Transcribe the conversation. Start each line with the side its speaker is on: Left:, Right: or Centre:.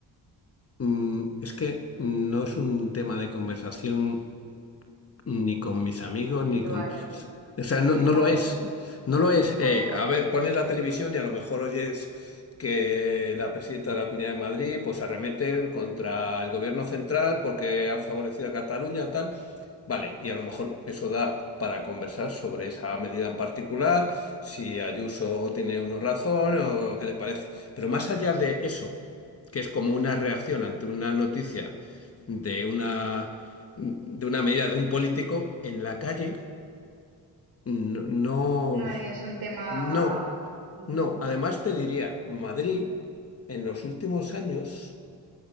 Left: mm, es que no es un tema de conversación ni con mis amigos,
Right: eh, habitual.
Left: ni con... O sea, no,
Right: Mejor,
Left: no lo es, no lo es.
Right: mejor,
Left: Eh,
Right: mejor.
Left: a ver, pones la televisión y a lo mejor oyes que la presidenta de la Comunidad de Madrid pues arremete contra el gobierno central porque han favorecido a Cataluña, tal. Vale, y a lo mejor eso da para conversar sobre esa medida en particular, si Ayuso tiene o no razón o qué te parece. Pero más allá de eso, que es como una reacción ante una noticia de una de una medida de un político en la calle, no, no,
Right: No es un tema...
Left: no.
Right: Ujú,
Left: no. Además te diría, Madrid en los últimos años,